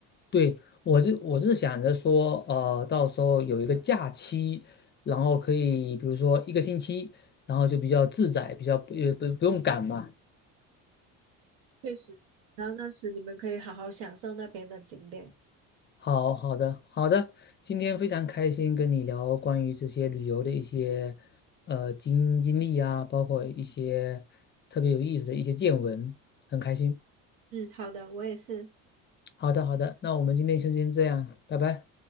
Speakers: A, on the left; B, on the right.
A: 对，我就我是想着说，呃，到时候有一个假期，然后可以比如说一个星期，然后就比较自在，比较也不不用赶嘛。
B: 确实，然后那时你们可以好好享受那边的景点。
A: 好好的好的，今天非常开心跟你聊关于这些旅游的一些呃经经历啊，包括一些特别有意思的一些见闻，很开心。
B: 嗯，好的，我也是。
A: 好的好的，那我们今天就先这样，拜拜。